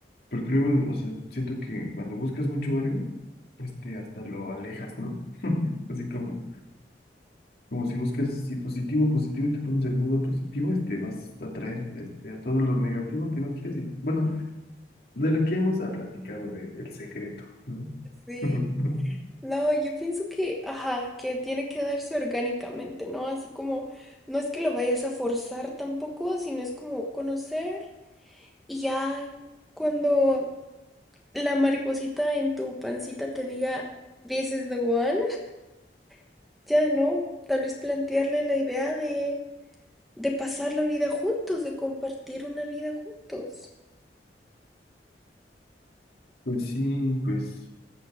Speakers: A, on the left (about 60°); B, in the centre.
A: Porque luego, o sea, siento que cuando buscas mucho algo, este, hasta lo alejas, ¿no? <laughs> Así como, como si buscas si positivo, positivo y te pones en modo positivo, este, vas a atraer este, a todo lo negativo que no quieres. Y, bueno, de lo que hemos ah, platicado de el secreto, ¿no?
B: Sí.
A: <laughs>
B: No, yo pienso que, ajá, que tiene que darse orgánicamente, ¿no? Así como, no es que lo vayas a forzar tampoco, sino es como conocer y ya cuando la mariposita en tu pancita te diga, This is the one, <laughs> ya, ¿no? Tal vez plantearle la idea de, de pasar la vida juntos, de compartir una vida juntos.
A: Pues sí, pues